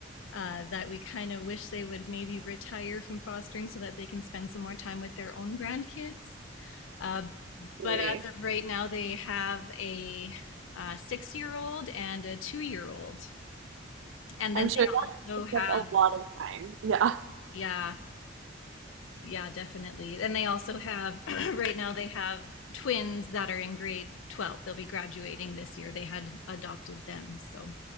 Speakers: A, on the left (about 80°); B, on the right (about 70°).
A: uh, that we kind of wish they would maybe retire from fostering so that they can spend some more time with their own grandkids. Uh,
B: Really?
A: but as of right now, they have a, uh six year old and a two year old. And then
B: I'm sure
A: they
B: that takes
A: also have,
B: up a lot of time. Yeah.
A: yeah, yeah, definitely. And they also have, <clears throat> right now, they have twins that are in grade 12. They'll be graduating this year. They had adopted them. So,